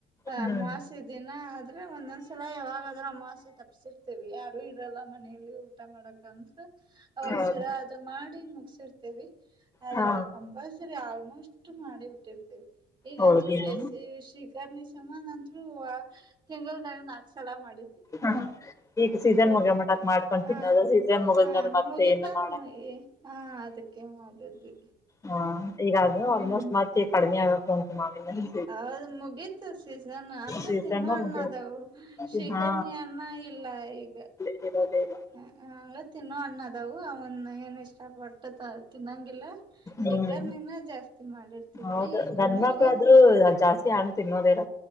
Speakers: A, on the left; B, on the right.
A: ಹ್ಮ್
B: ಅಮಾವಸೆ ದಿನ ಆದ್ರೆ ಒಂದೊಂದ ಸಲಾ ಯವಾಗದ್ರು ಅಮವಾಸ್ಯೆ. ತಪ್ಪಸೀರ್ತೀವಿ ಯಾರು ಇರಲ್ಲ ಮನೆಯಲ್ಲಿ ಊಟ ಮಾಡಕ ಅಂದ್ರ ಅವಾಗ
A: ಹೌದಾ
B: ಶಿರಾ ಇದು ಮಾಡಿ ಮುಗಸೀರ್ತೀವಿ. ಆದ್ರ
A: ಹಾ
B: ಕಂಪಲ್ಸರಿ ಆಲ್ಮೋಸ್ಟ್ ಮಾಡಿ ಬಿಟ್ಟಿರ್ತೀವಿ ಈಗಂತ್ರು
A: ಹೋಳ್ಗಿನ
B: ಬೇಸಗೆ ವಿಷ ಕರ್ನಿ ಸುಮನಂತ್ರು ತಿಂಗಳದಾಗ ನಾಕ್ ಸಲ ಮಾಡಿದೀವಿ ನೋಡ್ರಿ.
A: ಹಾ ಈಗ ಸೀಸನ್
B: ಹ
A: ಮುಗಿಯೋ ಮಟಕ್ ಮಾಡ್ಕೊಂಡ್
B: ಹಾ
A: ತಿನ್ನೋದು ಸೀಸನ್ ಮುಗಿದ್ಮೇಲೆ
B: ಹಾ
A: ಮತ್ತೆ
B: ಮುಗಿತ
A: ಏನು ಮಾಡಕ್
B: <unintelligible> ಚ ಹಾ ಅದಕ್ಕೆ ಮಾಡಿದ್ವಿ.
A: ಹಾ ಈಗಾಗ್ಲೆ ಆಲ್ಮೋಸ್ಟ್
B: ಹ್ಮ್
A: ಮತ್ ಈಗ ಕಡಿಮೆ ಆಗಕ್ ಬಂತು ಮಾವಿನಲ್ಲಿ
B: ಆದ್ರ ಮುಗಿತ್. ತು ಸೀಜನ್ ಅಂದ್ರೆ
A: ಸೀಸನ್
B: ತಿನ್ನು ಹಣ್ಣ
A: ಮುಗಿಯೋದು
B: ಅದವು ಶಿಖರ್ನಿ
A: ಹಾ
B: ಹಣ್ಣ ಇಲ್ಲ ಈಗ.
A: ದೇ <unintelligible>
B: ಹ್ ಹ್ ಹಂಗ ತಿನ್ನುವ ಹಣ್ಣ ಅದವು ಅವನ್ ಏನ ಇಷ್ಟಪಟ್ಟು ತಿನ್ನಂಗಿಲ್ಲ.
A: ಹ್ಮ್
B: ಶಖರ್ನಿನ ಜಾಸ್ತಿ ಮಾಡಿರ್ತಿದ್ವಿ
A: ಹೌದು
B: ಈಗ
A: ಗಂಡ
B: ಮುಗದೊಯ್ತು.
A: <unintelligible> ಜಾಸ್ತಿ ಹಣ್ಣ. ತಿನ್ನಬೇಡ.